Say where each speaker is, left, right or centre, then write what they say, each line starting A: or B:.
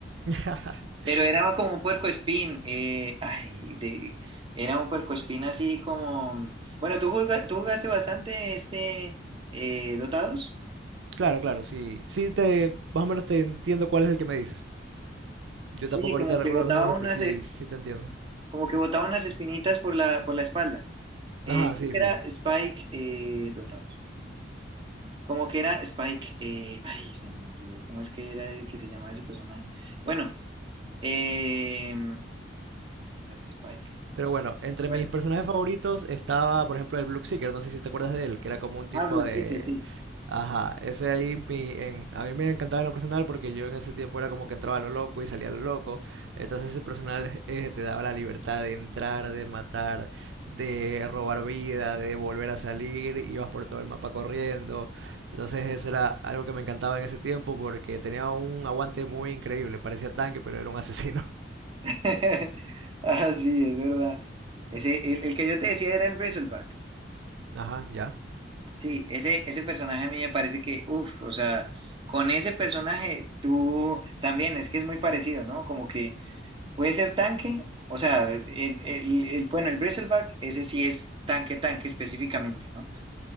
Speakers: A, on the right (about 85°); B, on the right (about 30°).
A: <laughs>
B: pero era como un puercoespín, eh, ay, de, era un puercoespín así como, bueno, ¿tú, juga- tú jugaste bastante este eh, Dotados?
A: Claro, claro, sí. Sí te, más o menos te entiendo cuál es el que me dices. Yo
B: Sí,
A: tampoco
B: como
A: ahorita recuerdo
B: que botaba
A: los nombres,
B: una,
A: pero sí, sí te entiendo.
B: como que botaba unas espinitas por la, por la espalda. Eh,
A: Ajá,
B: creo
A: sí,
B: que
A: sí.
B: era Spike eh, Dotados. Como que era Spike. eh, ay, se me olvidó. ¿Cómo es que era el que se llamaba ese personaje? Bueno, eh, espérate, Spike.
A: Pero bueno, entre
B: Bueno,
A: mis personajes favoritos estaba, por ejemplo, el Blue Seeker, no sé si te acuerdas de él, que era como un tipo
B: ah, Blood
A: de...
B: Seeker, sí.
A: Ajá, ese ahí mi- en- a mí me encantaba en lo personal porque yo en ese tiempo era como que entraba a lo loco y salía a lo loco. Entonces ese personal eh, te daba la libertad de entrar, de matar, de robar vida, de volver a salir, ibas por todo el mapa corriendo. Entonces eso era algo que me encantaba en ese tiempo porque tenía un aguante muy increíble, parecía tanque pero era un asesino.
B: <laughs> Ah, sí, es verdad. Ese, el, el que yo te decía era el Bristleback.
A: <laughs> Ajá, ya.
B: Sí, ese, ese personaje a mí me parece que, uff, o sea, con ese personaje tú también, es que es muy parecido, ¿no? Como que. Puede ser tanque, o sea, el, el- el- bueno, el Bristleback, ese sí es tanque, tanque específicamente, ¿no?